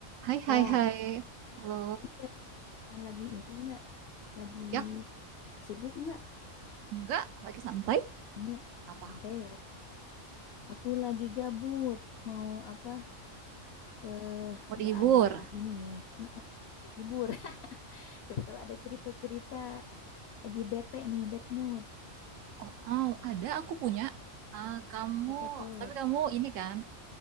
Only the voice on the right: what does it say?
Hai,
hai, hai. Halo.
Ya,
enggak. Lagi santai.
Apa?
Mau
dihibur?
Oh, oh, ada aku punya. Ah, kamu,
tapi kamu ini kan,